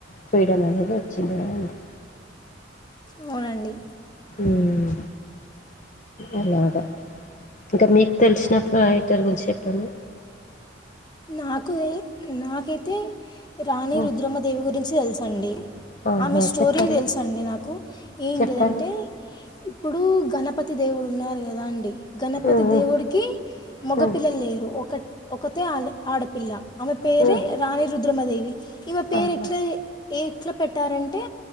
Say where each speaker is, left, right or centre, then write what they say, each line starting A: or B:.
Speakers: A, on the left; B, on the left.
A: ఫ్రీడమ్ అనేది వచ్చింది కదండి
B: అవునండి
A: ఉమ్ అలాగా ఇంకా మీకు తెలిసిన ఫైట్ ఫైటర్ గురించి చెప్పండి
B: నాకు నాకైతే రాణి
A: హ్మ్.
B: రుద్రమ్మ దేవి గురించి తెల్స్ అండి
A: ఆహా!
B: ఆమె స్టోరీ
A: చెప్పండి.
B: తెలుసు అండి నాకు ఏంటిదంటే
A: చెప్పండి.
B: ఇప్పుడు గణపతి దేవుడు ఉన్నారు కదా అండి గణపతి
A: హ్మ్.
B: దేవుడికి మగపిల్లలు
A: హ్మ్.
B: లేరు ఒక ఒకతే ఆ ఆడపిల్ల ఆమె పేరే
A: హ్మ్. హ్మ్.
B: రాణి రుద్రమాదేవి ఈమె పేరు
A: ఆహా!
B: ఎట్లా ఏ ఎట్లా పెట్టారంటే